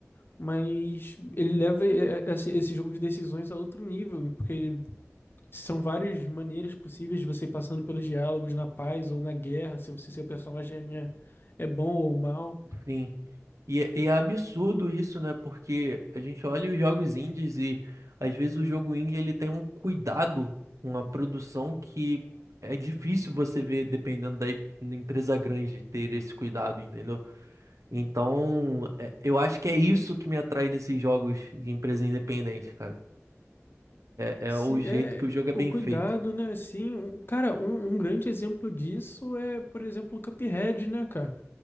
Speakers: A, on the left; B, on the right.
A: mas ele leva eh, eh, esse, esse jogo de decisões a outro nível, porque são várias maneiras possíveis de você ir passando pelos diálogos na paz ou na guerra, se, você- se seu personagem é, é bom ou mal.
B: Sim. E, é e é absurdo isso, né? Porque a gente olha os jogos indies e às vezes o jogo indie ele tem um cuidado com a produção que é difícil você ver dependendo da, em- da empresa grande ter esse cuidado, entendeu? Então, é- eu acho que é isso que me atrai nesses jogos de empresa independente, cara. É,
A: Se
B: é o jeito
A: é
B: que o jogo é
A: o
B: bem
A: cuidado,
B: feito.
A: né? Assim, um- cara, um, um grande exemplo disso é, por exemplo, o Cuphead, né, cara?